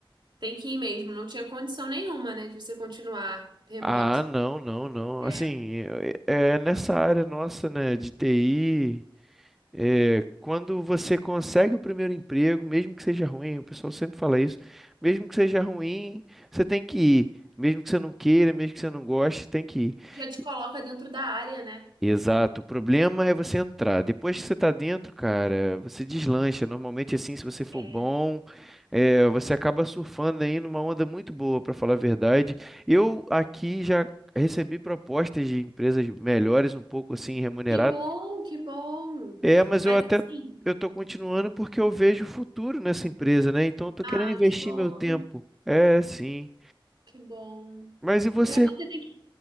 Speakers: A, on the right (about 60°); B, in the centre.
A: Tem que ir mesmo, não tinha condição nenhuma, né, de você continuar remoto.
B: Ah, não, não, não.
A: É,
B: Assim, é é nessa área nossa, né, de TI, é, quando você consegue o primeiro emprego, mesmo que seja ruim, o pessoal sempre fala isso, mesmo que seja ruim, você tem que ir. Mesmo que você não queira, mesmo que você não goste, tem que
A: Já te
B: ir.
A: coloca dentro da área, né?
B: Exato. O problema é você entrar. Depois que você tá dentro, cara, você deslancha. Normalmente, assim, se você for
A: É.
B: bom, é, você acaba surfando aí numa onda muito boa, pra falar a verdade. Eu aqui já recebi propostas de empresas melhores, um pouco assim remuneradas.
A: Que bom, que bom.
B: É, mas
A: Mas
B: eu até
A: assim,
B: eu tô continuando porque eu vejo futuro nessa empresa, né? Então, eu tô
A: ah,
B: querendo investir
A: que bom,
B: meu tempo. É, sim.
A: que bom.
B: Mas e você?
A: É, mas você tem que,